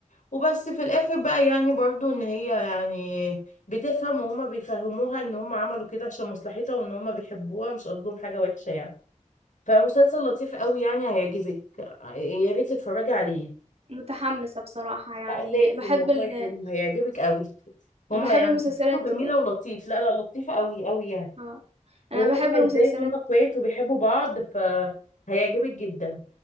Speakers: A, on the left (about 70°); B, on the right (about 50°).
A: وبس في الاخر بقى يعني برضو ان هي يعني بتفهم وهما بيفهموها ان هما عملوا كده عشان مصلحتها وان هما بيحبوها مش قصدهم حاجة وحشة يعني فمسلسل لطيف قوي يعني هيعجبك يا ريت تتفرجي عليه
B: متحمسة بصراحة يعني
A: لا لازم
B: بحب
A: والله
B: ال...
A: حلو هيعجبك قوي هما
B: بحب
A: يعني
B: المسلسلات
A: قصته جميلة ولطيف لا لا لطيفة قوي قوي يعني
B: اه انا
A: وهم
B: بحب
A: بقى
B: المسلسلات
A: ازاي هما اخوات وبيحبوا بعض فهيعجبك جدا